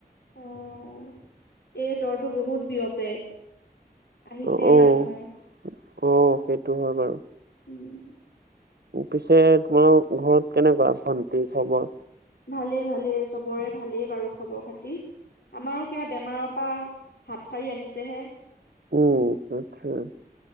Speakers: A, on the left; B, on the right.
A: অ', এই জ্বৰটো বহুত বিয়পে। আহিছে
B: অ' অ'
A: মানুহৰ।
B: অ', সেইটো হয় বাৰু।
A: উম।
B: পিছে তোমালোকৰ ঘৰত কেনেকুৱা ভণ্টি খবৰ?
A: ভালেই, ভালেই চবৰে ভালেই বাৰু খবৰ খাতি আমাৰো সেয়া বেমাৰত পা হাত সাৰি আহিছেহে।
B: উম সেইটো।